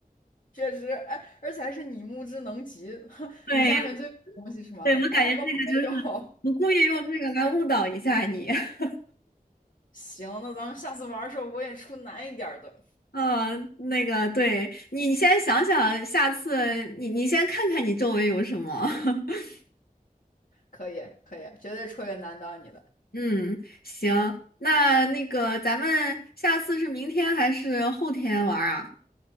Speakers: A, on the left; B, on the left.
A: 确实，哎，而且还是你目之能及，<laughs>
B: 对
A: 你家里面就有这东西是吗？
B: 对，我感觉这个就是我故意用这个来误导一下你。
A: 哦，那我没有。
B: <laughs>
A: <laughs> 行，那咱们下次玩的时候我也出难一点儿的，
B: 嗯，那个，对你，你先想想，下次你你先看看你周围有什么。<laughs>
A: 可以可以，绝对出一个难到你的。
B: 嗯，行，那那个咱们下次是明天还是后天玩儿啊？